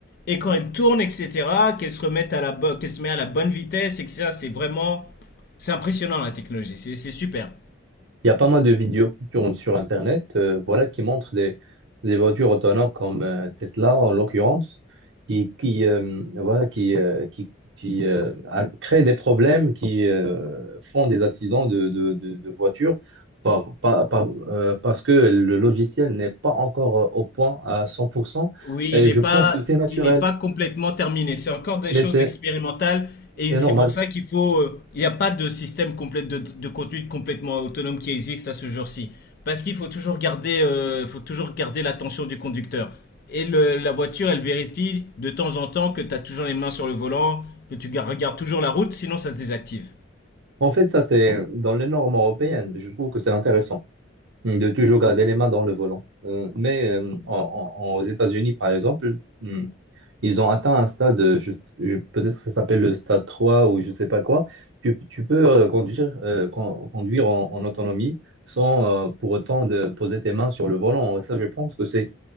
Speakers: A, on the left; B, on the right.
A: Et quand elle tourne, etc., qu'elle se remette à la, bo- qu'elle se met à la bonne vitesse, etc., c'est vraiment... C'est impressionnant la technologie, c'est c'est super.
B: Il y a pas mal de vidéos qui tournent sur Internet, euh, voilà, qui montrent des, des voitures autonomes comme euh, Tesla, en l'occurrence, qui, qui, euh, voilà, qui, euh, qui, qui euh, a- créent des problèmes, qui euh, font des accidents de, de, de, de voitures par- par- par- euh, parce que le logiciel n'est pas encore euh, au point à 100%.
A: Oui,
B: Et
A: il est
B: je
A: pas,
B: pense que c'est naturel,
A: il est pas complètement terminé. C'est encore des
B: mais
A: choses
B: c'est
A: expérimentales et
B: c'est
A: c'est
B: normal.
A: pour ça qu'il faut, euh, il n'y a pas de système complet de, de conduite complètement autonome qui existe à ce jour-ci. Parce qu'il faut toujours garder, euh, faut toujours garder l'attention du conducteur. Et le- la voiture, elle vérifie de temps en temps que tu as toujours les mains sur le volant, que tu gar- regardes toujours la route, sinon ça se désactive.
B: En fait, ça, c'est dans les normes européennes. Je trouve que c'est intéressant. de toujours garder les mains dans le volant. Euh, mais euh, en- en- en- aux États-Unis, par exemple, hum, ils ont atteint un stade, euh, je, je- peut-être que ça s'appelle le stade 3 ou je ne sais pas quoi. Tu, tu peux euh, conduire, euh, con- conduire en, en autonomie sans euh, pour autant de poser tes mains sur le volant. Et ça, je pense que c'est